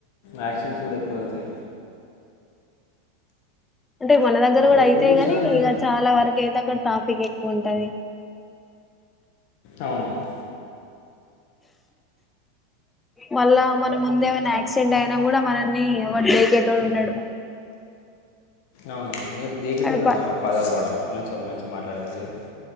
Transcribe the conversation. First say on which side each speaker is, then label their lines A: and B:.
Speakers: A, on the left; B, on the left.
A: యాసిడెట్స్ కూడా ఎక్కువ అవుతాయి
B: అంటే మన దగ్గర కూడా
A: ఇక
B: అయితయి
A: పొల్యూషన్
B: గాని
A: అనేది
B: ఇక చాలా వరకు అయితే అక్కడ్ టాఫిక్ ఎక్కువ ఉంటది
A: అవునవును
B: మళ్ళా మన ముందేమన్నా యక్సెండ్ అయినా కూడా మనన్ని ఎవడు <inaudible> ఉండడు
A: అవునవును మీరు దీగి
B: అక్కడ ప-
A: <inaudible> పదాలు వాడొద్దు మంచిగా మంచి గ్ మాట్లాడండి మీరు